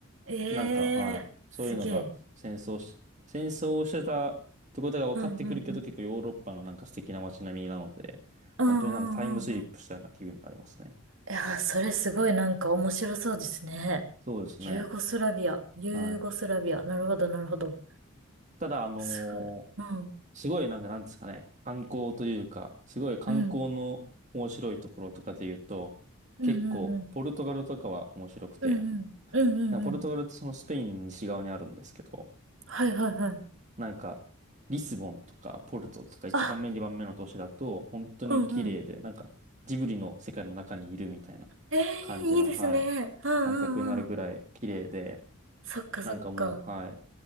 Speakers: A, on the right; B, on the right.
A: え
B: なんか、はい。
A: えすげえ。
B: そういうのが戦争し、戦争をしてたってことが分かってくるけど、
A: うんうんうん。
B: 結構ヨーロッパのなんか素敵な街並みなので、
A: うんうんうんうん。
B: 本当になんかタイムスリップしたような気分になりますね。
A: いやー、それすごいなんか面白そうですね。
B: そうですね。
A: ユーゴスラビア、ユーゴスラビア。
B: はい。
A: なるほど、なるほど。
B: ただ、あのー
A: すごい。うん。
B: すごいなんかなんですかね、観光というか、すごい観光の面白いところとかで言うと、
A: うん。うんうんうん。
B: 結構、ポルトガルとかは面白くて、
A: うんうん。うんうんうん。
B: なんかポルトガルってそのスペインの西側にあるんですけど、
A: はいはいはい。
B: なんか、リスボンとかポルトとか一番目、
A: あ、
B: 二番目の都市だと、本当に綺麗で、
A: うんうん。
B: なんか、ジブリの世界の中にいるみたいな感じの、
A: ええいいですね。
B: はい、
A: うんうんうん。
B: 感覚になるぐらい綺麗で、
A: そっかそっか。
B: なんかもう、はい。